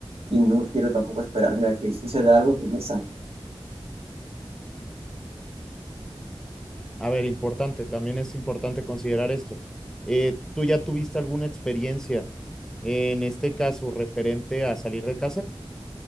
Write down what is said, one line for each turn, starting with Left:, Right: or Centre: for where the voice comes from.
Right: y no quiero tampoco esperarme a que suceda algo que me saque.
Centre: A ver, importante, también es importante considerar esto. Eh, ¿tú ya tuviste alguna experiencia en este caso referente a salir de casa